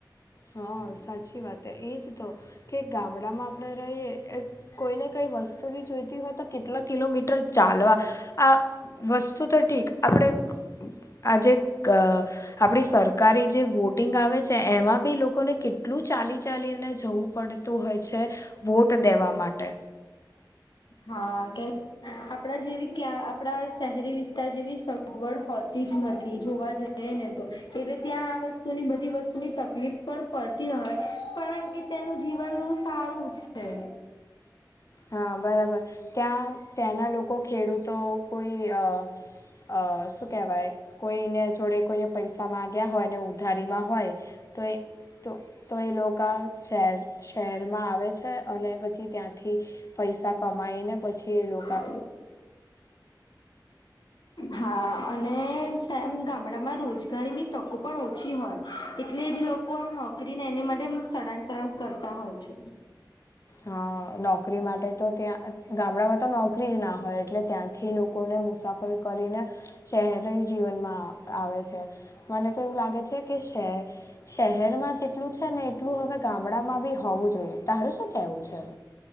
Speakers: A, on the left (about 40°); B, on the left (about 65°).
A: હ સાચી વાત એ એજ તો કે ગામળામાં આપળે રૈએ એ કોઈ ને કઈ વસ્તુ બી જોઈતી હોય તો કેટલા કિલોમીટર ચાલવા આ વસ્તુ તો ઠીક આપડે આજે ક આપળી સરકારી જે વોટિંગ આવે છે એમાં બી લોકોને કેટલું ચાલી ચાલીને જવું પડતું હોય છે વોટ દેવા માટે.
B: હા કે આપળા જેવી ક્યાં આપળા શેહેરી વિસ્તાર જેવી સગવડ હોતી જ નથી જોવા જઈ એ ને તો એટલે ત્યાં આ વસ્તુની બધી વસ્તુની તકલીફ પણ પળતી હોય પણ એમ કે તેનું જીવન બો સારું છે.
A: હા બરાબર ત્યાં ત્યાંના લોકો ખેડૂતો કોઈ અ અ શું કેવાય કોયને જોડે કોએ પૈસા માગ્યા હોય અને ઉધારીમાં હોય તો એ તો એ લોકા શેર શેહેરમાં આવે છે અને પછી ત્યાંથી પૈસા કમાઈને પછી એ લો
B: <inaudible> હા અને સેમ ગામળામાં રોજગારીની તકો પણ ઓછી હોય એટલે જે લોકો આમ નો ક્રી ને એની માટે અમ સ્થળાંતરણ કરતા હોય છે.
A: હા નો ક્રી માટે તો ત્યાં અ ગામળામાં તો નોકરી જ ના હોય એટલે ત્યાંથી લોકોને મુસાફ ર કરીને શેહેરય જીવનમાં અ આવે છે, મને તો એવું લાગે છે કે શેહેર શેહેરમાં જેટલું છે ને એટલું હવે ગામળામાં બી હોવું જોઈએ, તારું શું કેવું છે?